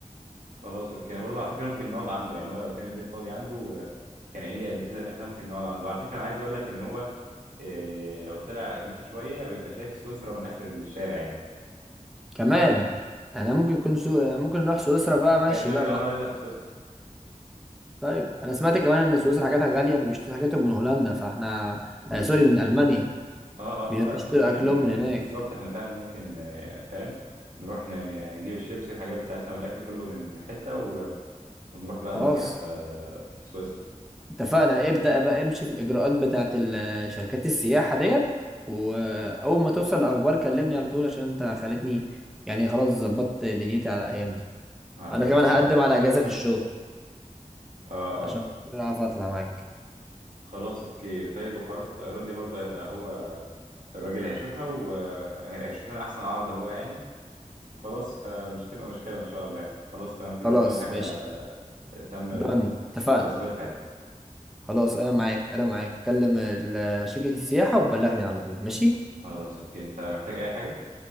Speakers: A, on the right; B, in the centre.
A: خلاص اوكي انا برضو على فكره ممكن نقعد عنده يعني هو لو كان البيت فاضي عنده آه، كان قايل لي قبل كده ان احنا ممكن نقعد عنده على فكره انا عايز اقول لك ان هو آه، لو طلع مشى شويه بيبقى شايف سويسرا من اخر الشارع يعني
B: كمان احنا ممكن نكون سو... ممكن نروح سويسرا بقى ماشي
A: هي ايطاليا
B: بقى من
A: اه لازقه في سويسرا
B: طيب انا سمعت كمان ان سويسرا حاجاتها غاليه فبيشتري حاجاتهم من هولندا فاحنا آه سوري من المانيا
A: اه اه فاحنا
B: بيشتروا
A: اصلا ممكن
B: اكلهم
A: آه،
B: من هناك
A: بالظبط احنا فعلا ممكن آه، فاهم نروح ن- نجيب الشيبسي والحاجات بتاعتنا والاكل كله من حته ونروح بقى
B: خلاص
A: نسيع في في سويسرا
B: اتفقنا ابدا بقى امشي في الاجراءات بتاعت ال- آه، شركات السياحه ديت واول ما توصل الاخبار كلمني على طول عشان انت خلتني يعني خلاص ظبطت دنيتي على الايام دي
A: على شهر
B: انا كمان
A: 8
B: هقدم على اجازه في الشغل
A: اه اه
B: عشان خاطر اعرف اطلع معاك
A: خلاص اوكي طيب وحوارات الطيران دي برضه هيبقى هو الراجل هيشوفها وهيشوف لنا احسن عرض هو يعني وخلاص فمش تبقى مشكلة ان شاء الله يعني خلاص تمام كده
B: خلاص
A: كل حاجة
B: ماشي
A: ت- تم
B: دن اتفقنا
A: تظبيطها يعني
B: خلاص انا معاك انا معاك كلم ال- آه، شركه السياحه وبلغني على طول ماشي
A: خلاص اوكي انت محتاج اي حاجة